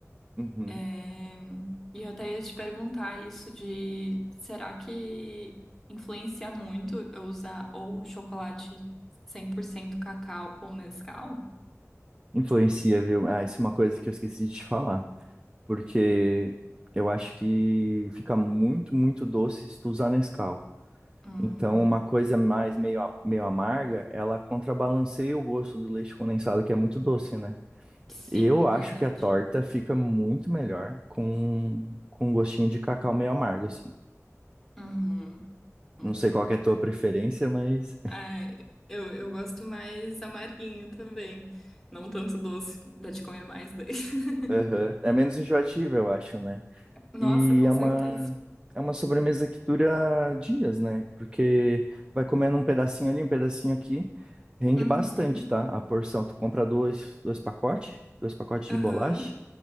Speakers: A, on the right; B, in the centre.
A: Uhum.
B: É, E eu até ia te perguntar isso de será que influencia muito eu usar ou chocolate 100% cacau ou Nescau?
A: Influencia, viu? Ah, isso é uma coisa que eu esqueci de te falar. Porque eu acho que fica muito, muito doce se tu usar Nescau.
B: Hum,
A: Então, uma coisa mais meio, a- meio amarga, ela contrabalanceia o gosto do leite condensado, que é muito doce, né?
B: sim,
A: Eu
B: é verdade.
A: acho que a torta fica muito melhor com, com um gostinho de cacau meio amargo, assim.
B: Uhum, hum.
A: Não sei qual que é a tua preferência, mas
B: É, eu, eu gosto mais amarguinho também. Não tanto doce, dá de comer mais daí. <laughs>
A: Aham. É menos enjoativo, eu acho, né?
B: Nossa,
A: E
B: com
A: é
B: certeza.
A: uma, é uma sobremesa que dura dias, né? Porque vai comendo um pedacinho ali, um pedacinho aqui, rende
B: Uhum,
A: bastante, tá? A porção, tu compra dois, dois pacotes, dois pacotes de
B: aham.
A: bolacha,